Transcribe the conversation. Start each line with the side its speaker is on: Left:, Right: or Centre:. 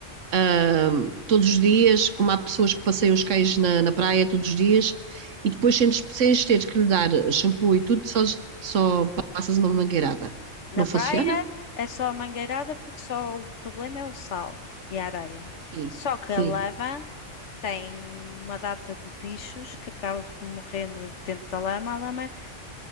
Right: ah, todos os dias, como há pessoas que passeiam os cães na, na praia todos os dias, e depois sem, lhes- sem lhes teres que lhe dar shampoo e tudo, só, só passas uma mangueirada.
Left: Na
Right: Não
Left: praia
Right: funciona?
Left: é só a mangueirada porque só o problema é o sal e a areia.
Right: Sim,
Left: Só que
Right: sim.
Left: a lama tem uma data de bichos que acaba por morrer na- dentro da lama. A lama